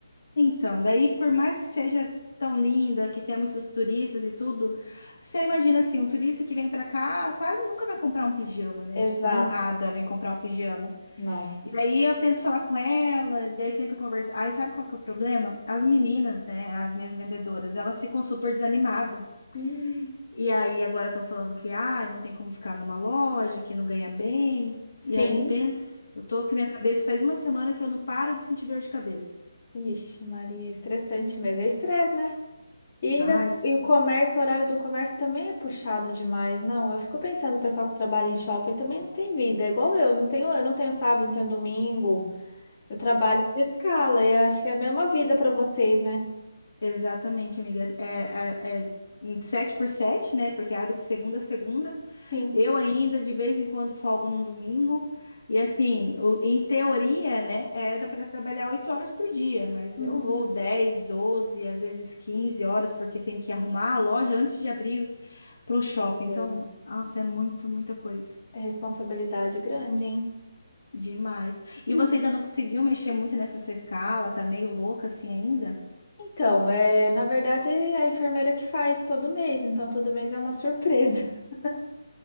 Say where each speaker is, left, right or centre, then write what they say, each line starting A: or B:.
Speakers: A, on the left (about 65°); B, on the left (about 35°).
A: Então, daí por mais que seja tão linda, que tenha muitos turistas e tudo, você imagina assim, um turista que vem pra cá quase nunca vai comprar um pijama, né?
B: Exato.
A: Tipo, do nada vem comprar um pijama.
B: Não.
A: E aí eu tento falar com ela, e aí tento conversar. Aí sabe qual que é o problema? As meninas, né, as minhas vendedoras, elas ficam super desanimadas.
B: Hum,
A: E aí agora estão falando que ai, não tem como ficar numa loja, que não ganha bem. E
B: sim.
A: aí pensa, eu tô que minha cabeça faz uma semana que eu não paro de sentir dor de cabeça.
B: Ixi, Maria, estressante mesmo. É estresse, né? E ainda
A: Ai, s-
B: e o comércio, o horário do comércio também é puxado demais, não? Eu fico pensando, o pessoal que trabalha em shopping também não tem vida, é igual eu, não tenho, eu não tenho sábado, não tenho domingo. Eu trabalho por escala e acho que é a mesma vida para vocês, né?
A: exatamente, amiga. É, é, é em 7 por 7, né? Porque abre de segunda a segunda.
B: Sim.
A: Eu ainda de vez em quando folgo num domingo. E assim, o- em teoria, né, era para trabalhar 8 horas por dia, mas
B: Uhum.
A: eu vou 10, 12, às vezes 15 horas, porque tem que arrumar a loja antes de abrir pro shopping.
B: Meu Deus.
A: Então, nossa, é muito, muita coisa.
B: É responsabilidade grande, hein?
A: Demais. E
B: Hum.
A: você ainda não conseguiu mexer muito nessa sua escala? Tá meio louca assim ainda?
B: Então, é, na verdade, é a enfermeira que faz todo mês, então todo mês é uma surpresa. <laughs>